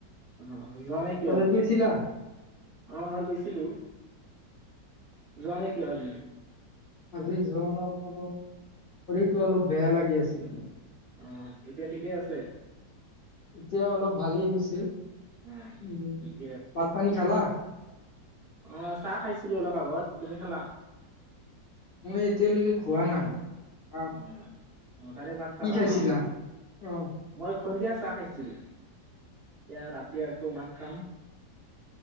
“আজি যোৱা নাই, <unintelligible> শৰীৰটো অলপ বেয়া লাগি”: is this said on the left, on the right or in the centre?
Left